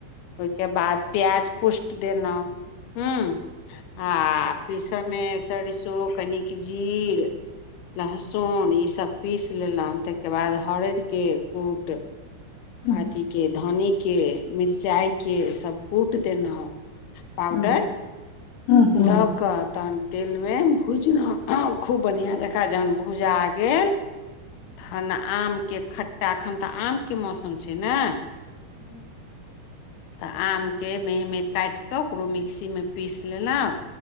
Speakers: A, on the left; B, on the left.
A: ओहिके बाद प्याज पोष्ट देना हू। आ पीसमे सरिसू। कनिक जीर लहसुन इसभ पीसि लेलहुँ ताहिके बाद हरदिके कूट।
B: हूँ
A: अथिके। धन्नीके मिरचाइके सभ कूटि देलहुँ। पाउडर।
B: हूँ हूँ हूँ
A: द क तन। तेल मे भुजलउ, खूब बढ़िया जकाँ, जहन भुजा गेल थाना आ आमके खट्टा, एखन तऽ, आमके मौसम छै ने। तऽ, आम के मेही- मेही काटि कऽ, ओकरो मिक्सीमे पीसि लेलहुँ,